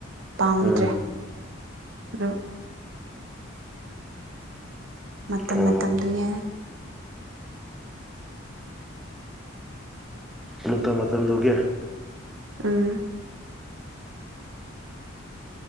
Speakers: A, on the right (about 70°); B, in the centre.
A: ꯄꯥꯝꯈꯤꯗ꯭ꯔꯦ
B: ꯎꯝ
A: ꯎꯝ ꯃꯇꯝ
B: ꯑꯣ
A: ꯃꯇꯝꯗꯨꯒꯤ
B: ꯃꯇꯝ ꯃꯇꯝꯗꯨꯒꯤ
A: ꯎꯝ